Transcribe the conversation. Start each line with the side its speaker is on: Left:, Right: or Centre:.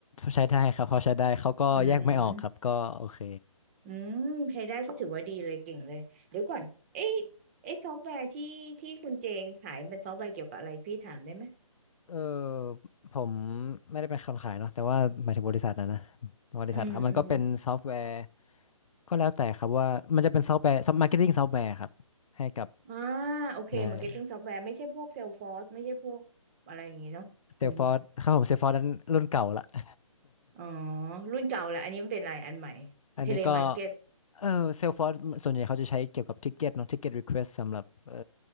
Left: ใช้ได้ครับพอใช้ได้เขาก็แยกไม่ออกครับก็โอเค
Right: อืม อืมใช้ได้ก็ถือว่าดีเลยเก่งเลย เดี๋ยวก่อนเอ๊ะเอ๊ะซอฟต์แวร์ที่ที่คุณเจขายเป็นซอฟต์แวร์เกี่ยวกับอะไรพี่ถามได้ไหม
Left: เออผมไม่ได้เป็นคนขายเนาะแต่ว่าหมายถึงบริษัทนะนะบริษัทครับมันก็เป็นซอฟต์แวร์
Right: อืมอืม
Left: ก็แล้วแต่ครับว่ามันจะเป็นซอฟต์แวร์ซอฟต์มาร์เก็ตติ้งซอฟต์แวร์ครับให้กับ
Right: อ่าโอเคมาร์เก็ตติ้งซอฟต์แวร์ไม่ใช่พวกเซลฟอร์สไม่ใช่พวกอะไรอย่างงี้เนาะเป็น
Left: ใช่เซลฟอร์ครับผมเซลฟอร์นั้นรุ่นเก่าละ <laughs>
Right: อ๋อรุ่นเก่าแหละอันนี้มันเป็นอะไรอันใหม่
Left: อันนี้ก็
Right: เทเลมาร์เก็ต
Left: เออเซลฟอร์ส่วนใหญ่เขาจะใช้เกี่ยวกับทิกเก็ตเนาะทิกเก็ตรีเควสสำหรับเออ